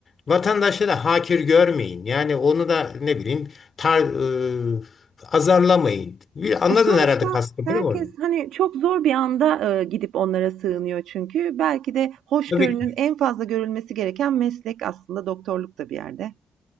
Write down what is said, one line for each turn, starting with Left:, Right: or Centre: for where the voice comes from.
Left: Vatandaşları hakir görmeyin. Yani onu da ne bileyim tar, e, azarlamayın. Bir, anladın
Right: E, sonuçta
Left: herhalde kastımı
Right: herkes
Left: değil mi orada?
Right: hani çok zor bir anda, eee, gidip onlara sığınıyor çünkü. Belki de hoşgörünün
Left: Tabii ki.
Right: en fazla görülmesi gereken meslek aslında doktorluk da bir yerde.